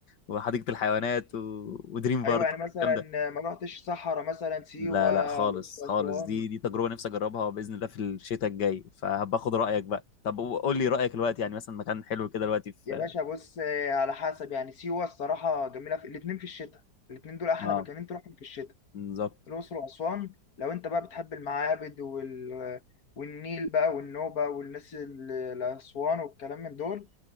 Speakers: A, on the left; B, on the left.
A: وحديقه الحيوانات و... ودريم بارك
B: ايوه يعني مثلا
A: الكلام ده
B: ما رحتش صحراء مثلا سيوه
A: لا لا خالص
B: الاقصر
A: خالص
B: اسوان
A: دي دي تجربه نفسي اجربها باذن الله في الشتاء الجاي فهباخد رايك بقى طب قول لي رايك دلوقتي يعني مثلا مكان حلو كده دلوقتي في
B: يا باشا بص آه، على حسب يعني سيوه الصراحه جميله في الاثنين في الشتاء الاثنين دول احلى
A: اه
B: مكانين تروحهم في الشتاء
A: بالظبط
B: الاقصر واسوان لو انت بقى بتحب المعابد وال... والنيل بقى والنوبه والناس ال- الاسوان والكلام من دول